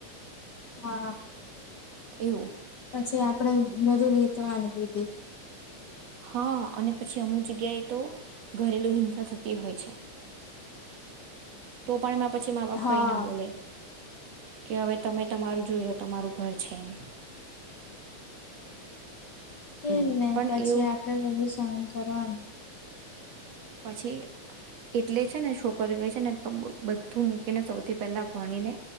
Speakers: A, on the left; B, on the right.
A: હા.
B: એવું
A: પછી આપડે બધું વીતવાનું <inaudible>
B: હા અને પછી અમુક જગ્યાએ તો ઘરેલું હિંસા થતી હોય છે. તો પણ એમાં પછી મા બાપ
A: હા.
B: કઈ ના બોલે કે હવે તમે તમારું જોઈ લો તમારું ઘર છે એમ
A: એજ
B: એવું
A: ને
B: પણ
A: પછી
B: એવું
A: આપડે બધું સહન ખરાબ
B: પછી એટલે છે ને છોકરીઓ છે ને બધું મૂકીને સૌથી પહેલા ભણીને